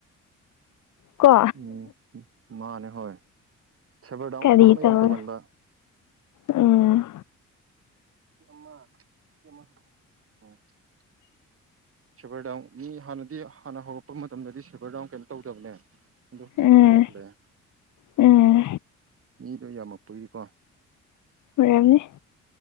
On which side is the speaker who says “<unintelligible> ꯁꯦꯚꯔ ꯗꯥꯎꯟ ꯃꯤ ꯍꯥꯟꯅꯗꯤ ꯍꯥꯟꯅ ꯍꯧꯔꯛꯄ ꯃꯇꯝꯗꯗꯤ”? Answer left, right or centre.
Right